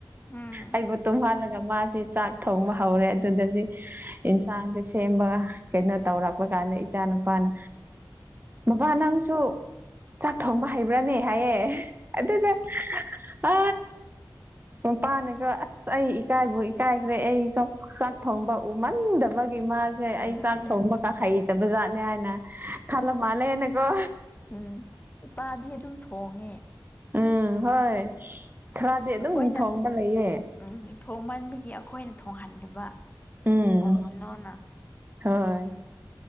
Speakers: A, on the left; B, on the right.
A: ꯎꯝ
B: ꯑꯩꯕꯨ ꯇꯨꯝꯍꯜꯂ ꯃꯥꯁꯦ ꯆꯥꯛ ꯊꯣꯡꯕ ꯍꯧꯔꯦ ꯑꯗꯨꯗꯗꯤ ꯌꯦꯟꯁꯥꯡꯁꯦ ꯁꯦꯝꯕꯒ ꯀꯩꯅꯣ ꯇꯧꯔꯛꯄ ꯀꯥꯟꯅ ꯏꯆꯥ ꯅꯨꯄꯥꯅ ꯕꯕꯥ ꯅꯪꯁꯨ ꯆꯥꯛ ꯊꯣꯡꯕ ꯍꯩꯕ꯭ꯔꯥꯅꯦ ꯍꯥꯏꯌꯦ ꯑꯗꯨꯗ ꯑ ꯃꯄꯥꯅꯒ ꯑꯁ ꯑꯩ ꯏꯀꯥꯏꯕꯨ ꯏꯀꯥꯏꯈ꯭ꯔꯦ ꯑꯩ ꯆꯥꯛ ꯊꯣꯡꯕ ꯎꯃꯟꯗꯕ ꯏ ꯃꯥꯥꯁꯦ
A: ꯎꯝ
B: ꯑꯩ ꯆꯥꯛ ꯊꯣꯡꯕ ꯀꯥꯈꯩꯇꯕ ꯖꯥꯠꯅꯦ ꯍꯥꯏꯅ ꯈꯜꯂꯝ ꯃꯥꯜꯂꯦꯅꯀꯣ
A: ꯎꯝ ꯏꯄꯥꯗꯤ ꯑꯗꯨꯝ ꯊꯣꯡꯉꯦ
B: ꯎꯝ ꯍꯣꯏ ꯈꯔꯗꯤ ꯑꯗꯨꯝ
A: ꯑꯩꯈꯣꯏꯅ
B: ꯊꯣꯡꯕ ꯂꯩꯌꯦ
A: ꯎꯝ ꯊꯣꯡꯃꯟꯕꯒꯤ ꯑꯩꯈꯣꯏꯅ ꯊꯣꯡꯍꯟꯗꯕ
B: ꯎꯝ
A: ꯊꯣꯡꯉꯅꯣꯅ
B: ꯍꯣꯏ